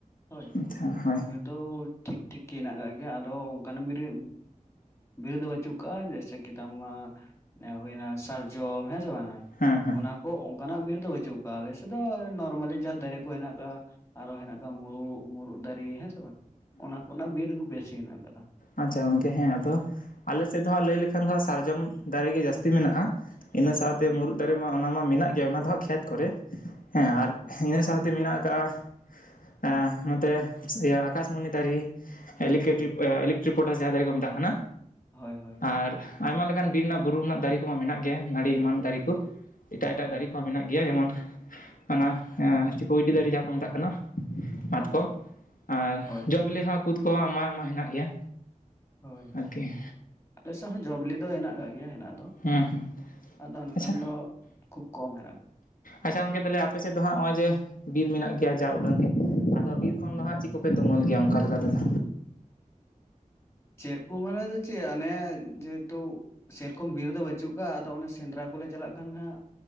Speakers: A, on the left; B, on the left.
A: ᱦᱳᱭ
B: ᱟᱪᱪᱷᱟ ᱦᱳᱭ
A: ᱵᱤᱨ ᱫᱚ ᱴᱷᱤᱠ ᱴᱷᱤᱠ ᱜᱮ ᱦᱮᱱᱟᱜ ᱠᱟᱜ ᱜᱮᱭᱟ ᱟᱫᱚ ᱚᱱᱠᱟᱱ ᱵᱤᱨ ᱮ ᱵᱤᱨ ᱫᱚ ᱵᱟᱹᱪᱩᱜ ᱠᱟᱜᱼᱟ ᱡᱮᱭᱥᱮ ᱠᱤ ᱛᱟᱢ ᱢᱟ ᱦᱩᱭᱱᱟ ᱥᱟᱨ ᱡᱚᱢ ᱦᱮᱸ ᱥᱮ ᱵᱟᱝᱟ
B: ᱦᱮᱸ ᱦᱮᱸ
A: ᱚᱱᱟ ᱠᱚ ᱚᱱᱠᱟᱱᱟᱜ ᱵᱤᱨ ᱫᱚ ᱵᱟᱹᱪᱩᱜ ᱟᱞᱮ ᱥᱮᱫ ᱫᱚ ᱱᱚᱨᱢᱟᱞᱤ ᱡᱟᱦᱟᱸ ᱫᱟᱨᱮ ᱠᱚ ᱦᱮᱱᱟᱜ ᱟᱠᱟᱜᱼᱟ ᱟᱨᱦᱚ ᱦᱮᱱᱟᱜ ᱟᱠᱟᱜᱼᱟ ᱢᱩᱨᱩᱜ ᱢᱩᱨᱩᱜ ᱫᱟᱨᱤ ᱦᱮᱸ ᱥᱮ ᱵᱟᱝ ᱚᱱᱟ ᱠᱚ ᱨᱮᱱᱟᱜ ᱵᱤᱨ ᱵᱮᱥᱤ ᱦᱮᱱᱟᱜ ᱠᱟᱫᱟ
B: ᱟᱪᱪᱷᱟ ᱜᱚᱝᱠᱮ ᱦᱮᱸ ᱟᱫᱚ ᱟᱞᱮ ᱥᱮᱫ ᱫᱚ ᱦᱟᱸᱜ ᱞᱟᱹᱭ ᱞᱮᱠᱷᱟᱱ ᱫᱚ ᱦᱟᱸᱜ ᱥᱟᱨᱡᱚᱢ ᱫᱟᱨᱮ ᱜᱮ ᱡᱟᱹᱥ ᱛᱤ ᱢᱮᱱᱟᱜᱼᱟ ᱤᱱᱟᱹ ᱥᱟᱶᱛᱮ
A: ᱦᱳᱭ
B: ᱢᱩᱨᱩᱫ ᱫᱟᱨᱮ ᱢᱟ ᱚᱱᱟ ᱢᱟ ᱢᱮᱱᱟᱜ ᱜᱮᱭᱟ ᱚᱱᱟ ᱫᱚ ᱦᱟᱸᱜ ᱠᱷᱮᱛ ᱠᱚᱨᱮ ᱦᱮᱸ
A: ᱦᱳᱭ
B: ᱟᱨ ᱤᱱᱟᱹ ᱥᱟᱶᱛᱮ ᱢᱮᱱᱟᱜ ᱟᱠᱟᱟᱜᱼᱟ ᱮᱸ ᱱᱚᱛᱮ ᱤᱭᱟᱹ ᱟᱠᱟᱥᱢᱩᱱᱤ ᱫᱟᱨᱤ ᱤᱞᱤᱠᱮᱴᱵ
A: ᱦᱳᱭ
B: ᱮᱞᱤᱠ ᱯᱚᱴᱟᱥ ᱡᱟᱦᱟᱸ ᱫᱟᱨᱮ ᱠᱚ ᱢᱮᱛᱟᱜ ᱠᱟᱱᱟ
A: ᱦᱳᱭ ᱦᱳᱭ
B: ᱟᱨ ᱟᱭᱢᱟ ᱞᱮᱠᱟᱱ ᱵᱤᱨ ᱨᱮᱱᱟᱜ ᱵᱩᱨᱩ ᱨᱮᱱᱟᱜ ᱫᱟᱨᱤ ᱠᱚᱢᱟ ᱢᱮᱱᱟᱜ ᱜᱮᱭᱟ ᱱᱟᱹᱲᱤ ᱮᱢᱟᱱ ᱫᱟᱨᱤ ᱠᱩ ᱮᱴᱟᱜ
A: ᱦᱳᱭ
B: ᱮᱴᱟᱜ ᱫᱟᱨᱤ ᱠᱚᱦᱚᱸ ᱢᱮᱱᱟᱜ ᱜᱮ ᱜᱮᱭᱟ ᱡᱮᱢᱚᱱ ᱚᱱᱟ ᱠᱩᱸᱭᱰᱤ ᱫᱟᱨᱤ ᱡᱟᱦᱟᱸ ᱠᱚ ᱢᱮᱛᱟᱜ ᱠᱟᱱᱟ ᱢᱟᱛᱠᱚᱢ
A: ᱦᱩᱸ ᱦᱩᱸ
B: ᱟᱨ
A: ᱦᱳᱭ
B: ᱡᱚ
A: ᱦᱳᱭ
B: ᱵᱤᱞᱤ ᱦᱚᱸ ᱠᱩᱫᱽ ᱠᱚᱦᱚᱸ ᱟᱭᱢᱟ ᱟᱭᱢᱟ ᱦᱮᱱᱟᱜ ᱜᱮᱭᱟ
A: ᱦᱳᱭ ᱦᱳᱭ
B: ᱟᱨᱠᱤ
A: ᱟᱞᱮ ᱥᱮᱫ ᱦᱚᱸ ᱡᱚᱵᱤᱞᱤ ᱫᱚ ᱦᱮᱱᱟᱜ ᱠᱟᱜ ᱜᱮᱭᱟ ᱦᱮᱱᱟᱜ ᱫᱚ
B: ᱦᱮᱸ ᱦᱮᱸ
A: ᱟᱫᱚ ᱮᱱᱠᱷᱟᱱ
B: ᱟᱪᱪᱷᱟ
A: ᱫᱚ ᱠᱷᱩᱵ ᱠᱚᱢ ᱦᱮᱱᱟᱜ ᱟᱠᱟᱫᱟ
B: ᱟᱪᱪᱷᱟ ᱜᱚᱝᱠᱮ ᱛᱟᱦᱚᱞᱮ ᱟᱯᱮ ᱥᱮᱫ ᱫᱚ ᱦᱟᱸᱜ ᱱᱚᱜᱼᱚᱭ ᱡᱮ ᱵᱤᱨ ᱢᱮᱱᱟᱜ ᱜᱮᱭᱟ ᱡᱟ ᱩᱰᱟᱹᱝ ᱜᱮ ᱟᱫᱚ ᱵᱤᱨ ᱠᱷᱚᱱ
A: ᱦᱩᱸ
B: ᱫᱚ ᱦᱟᱸᱜ ᱪᱤᱜ ᱠᱚᱯᱮ ᱛᱩᱢᱟᱹᱞ ᱜᱮᱭᱟ ᱚᱱᱠᱟ ᱞᱮᱠᱟ ᱛᱮᱫᱚ
A: ᱪᱮᱫ ᱠᱩ ᱢᱟᱱᱮ ᱫᱚ ᱪᱮᱫ ᱟᱱᱮ ᱡᱮᱦᱮᱛᱩ ᱥᱮᱨᱚᱠᱚᱢ ᱵᱤᱨ ᱫᱚ ᱵᱟᱹᱪᱩᱜ ᱠᱟᱜᱼᱟ ᱟᱫᱚ ᱚᱱᱮ ᱥᱮᱸᱫᱽᱨᱟ ᱠᱚᱞᱮ ᱪᱟᱞᱟᱜ ᱠᱷᱟᱱ ᱦᱟᱜ